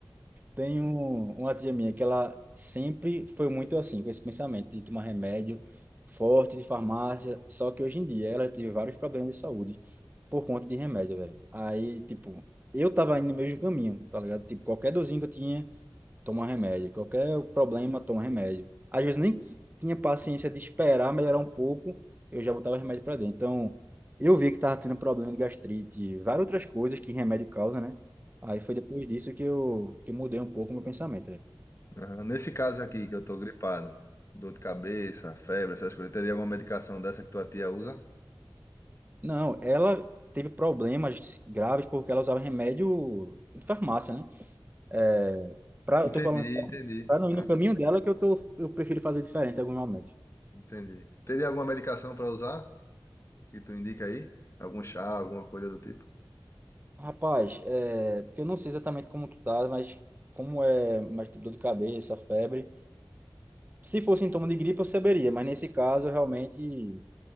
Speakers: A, on the right; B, on the left.
A: Tem um, uma tia minha que ela sempre foi muito assim, com esse pensamento de tomar remédio forte de farmácia, só que hoje em dia ela teve vários problemas de saúde por conta de remédio, velho. Aí, tipo, eu tava indo no mesmo caminho, tá ligado? Tipo, qualquer dorzinho que eu tinha, toma remédio. Qualquer problema, toma remédio. Às vezes nem tinha paciência de esperar melhorar um pouco, eu já botava remédio para dentro. Então, eu vi que estava tendo problema de gastrite, várias outras coisas que remédio causa, né? Aí foi depois disso que eu, que eu mudei um pouco o meu pensamento. né?
B: Aham. Nesse caso aqui, que eu tô gripado, dor de cabeça, febre, essas coisas, teria alguma medicação dessa que tua tia usa?
A: Não, ela teve problemas graves porque ela usava remédio de farmácia, né? É, pra,
B: Entendi,
A: eu tô falando
B: entendi.
A: para não
B: Ah,
A: ir no caminho
B: é.
A: dela que eu tô, eu prefiro fazer diferente em alguns momentos.
B: entendi. Teria alguma medicação para usar que tu indica aí? Algum chá, alguma coisa do tipo?
A: Rapaz, é, porque eu não sei exatamente como tu tá, mas como é mais tipo dor de cabeça, febre. Se fosse sintoma de gripe, eu saberia, mas nesse caso, eu realmente,